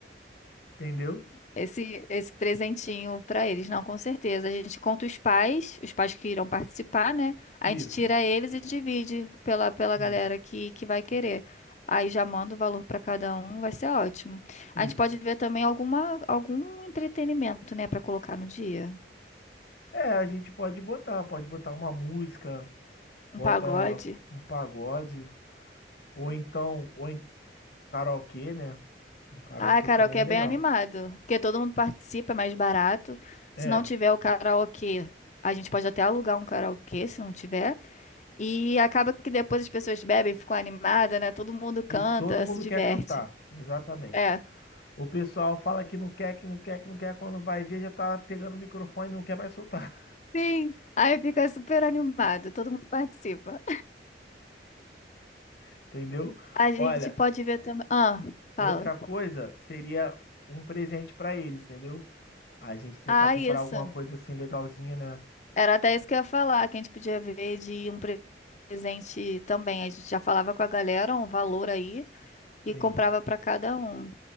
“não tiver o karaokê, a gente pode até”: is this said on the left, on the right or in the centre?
Left